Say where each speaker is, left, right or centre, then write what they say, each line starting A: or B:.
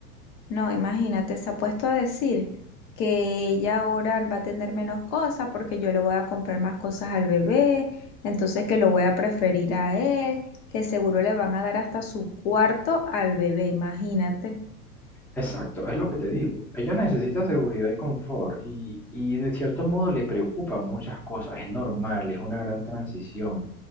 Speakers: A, on the left; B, in the centre.
A: No, imagínate, se ha puesto a decir que ella ahora va a tener menos cosas porque yo le voy a comprar más cosas al bebé, entonces que lo voy a preferir a él, que seguro le van a dar hasta su cuarto al bebé, imagínate.
B: Exacto, es lo que te digo. Ella necesita seguridad y confort y, y de cierto modo le preocupan muchas cosas. Es normal, es una gran transición,